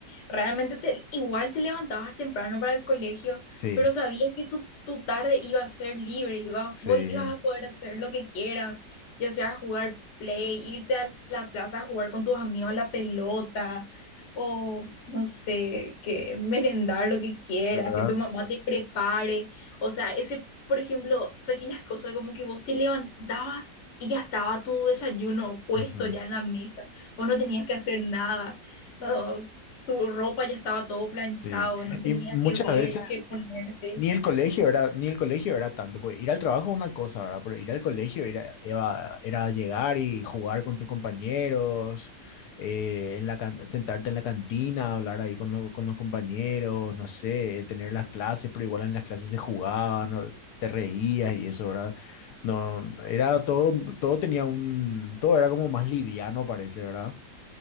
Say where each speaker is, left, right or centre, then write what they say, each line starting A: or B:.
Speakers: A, on the left; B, on the left.
A: Realmente te- igual te levantabas temprano para el colegio,
B: Sí,
A: pero sabías que tu, tu tarde iba a ser libre, iba,
B: sí,
A: voy, ibas a poder hacer lo que quieras, ya sea jugar play, irte a la plaza a jugar con tus amigos a la pelota, o no sé, que merendar lo que quieras,
B: ¿verdad?
A: que tu mamá te prepare. O sea, ese, por ejemplo, pequeñas cosas como que vos te levantabas y ya estaba tu desayuno puesto
B: Ujú,
A: ya en la mesa, vos no tenías que hacer nada. no, tu ropa ya estaba todo planchado,
B: Sí.
A: no tenía
B: Y muchas
A: que ver
B: veces...
A: qué ponerte.
B: Ni el colegio era, ni el colegio era tanto, porque ir al trabajo es una cosa, ¿verdad? Pero ir al colegio era, era, era llegar y jugar con tus compañeros, eh, en la, can- sentarte en la cantina, hablar ahí con, lo- con los compañeros, no sé, tener las clases, pero igual en las clases se jugaba, ¿no? Te reías y eso, ¿verdad? No, era todo, todo tenía un, todo era como más liviano, parece, ¿verdad?